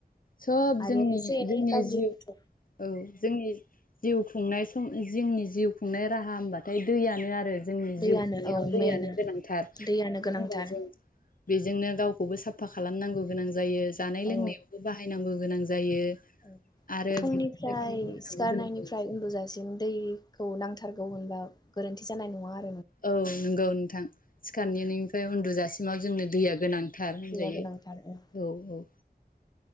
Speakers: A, on the left; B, on the left.
A: सोब
B: आरो
A: जोंनि
B: एसे एनै
A: जोंनि
B: गाज्रिखौथ'
A: जिउ औ जोंनि जिउ खुंनाय सम जोंनि जिउ खुंनाय राहा होनबाथाय दैयानो आरो जोंनि
B: दैयानो
A: जिउ खुंनायाव
B: औ
A: दैयानो
B: मेना
A: गोनांथार
B: दैयानो
A: मानो
B: गोनांथार
A: होनबा जों बेजोंनो दाव खौबो साब फा खालामनांगौ गोनां जायो
B: औ
A: बाहायनांगौ गोनां जायो
B: औ
A: आरो
B: फुंनिफ्राय
A: बिफां लाइफांनोबो होनांगौ
B: सिखारनायनिफ्राय
A: गोनां जायो
B: उन्दुजासिम दैखौ नांथारगौ होनबा गोरोन्थि जानाय नङा आ
A: औ नंगौ नोंथां सिखारनिनिफ्राय उन्दु जासिम माव जोंनो दैया गोनां थार होनजायो
B: दैया गोनांथार ओ
A: औ औ